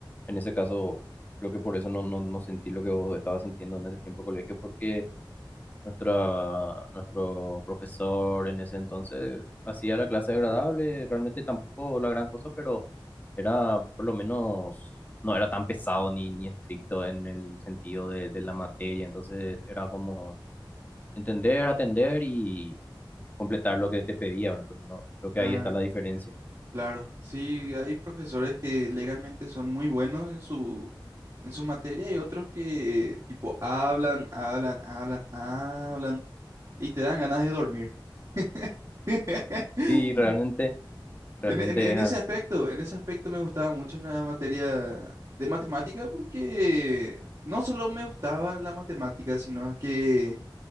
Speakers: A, on the left (about 20°); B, on the right (about 50°).
A: en ese caso, creo que por eso no, no, no sentí lo que vos estabas sintiendo en ese tiempo de colegio, porque nuestra, nuestro profesor en ese entonces hacía la clase agradable, realmente tampoco la gran cosa, pero era por lo menos, no era tan pesado ni, ni estricto en el sentido de, de la materia, entonces era como entender, atender y completar lo que te pedía, ¿verdad? Entonces no, creo que
B: Ah.
A: ahí está la diferencia.
B: Claro, sí, hay profesores que legalmente son muy buenos en su, en su materia y otros que tipo hablan, hablan, hablan, hablan y te dan ganas de dormir. <laughs>
A: Sí, realmente, realmente
B: En, en- en
A: es
B: ese
A: así.
B: Eh, aspecto, en ese aspecto me gustaba mucho la materia de matemática porque no solo me gustaba la matemática, sino que